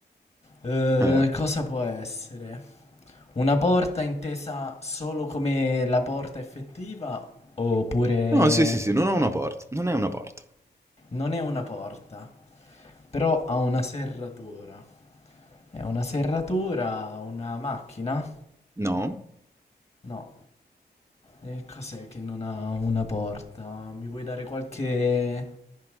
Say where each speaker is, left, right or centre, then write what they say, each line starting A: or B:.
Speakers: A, on the left; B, on the right.
A: Eh,
B: Eh.
A: cosa può essere? Una porta intesa solo come la porta effettiva, oppure
B: No, sì, sì, sì, non ho una porta. Non è una porta.
A: non è una porta, però ha una serratura. È una serratura, una macchina?
B: No.
A: No. E cos'è che non ha una porta? Mi vuoi dare qualche...